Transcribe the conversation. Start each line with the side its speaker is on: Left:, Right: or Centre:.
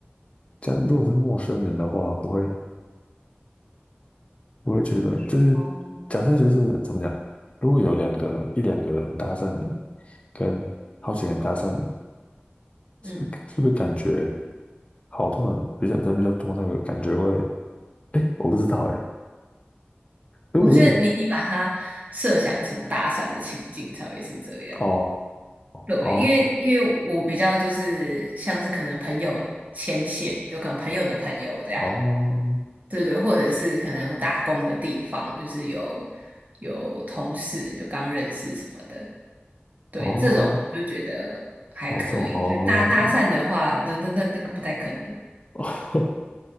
Left: 假如果是陌生人的话，不会不会觉得就是假设就是怎么讲，
Right: 哦，
Left: 如果有两个一两个人搭讪你，跟好几个人搭讪你，
Right: 嗯。
Left: 是不是是不是感觉好多人比较人比较多那个感觉会，我不知道哎、如果是我
Right: 我觉得你你把它设想成搭讪的情境才会是这样。
Left: 哦
Right: 对，
Left: 哦
Right: 因为因为我比较就是像是可能朋友牵线，就可能朋友的朋友这样，
Left: 哦
Right: 对对，或者是可能我打工的地方，就是有有同事就刚认识什么的，对，
Left: 哦
Right: 这种我就觉得还可以。
Left: 哦这种哦哦，
Right: 对，搭搭讪的话，那那那那个不太可能。
Left: <laughs>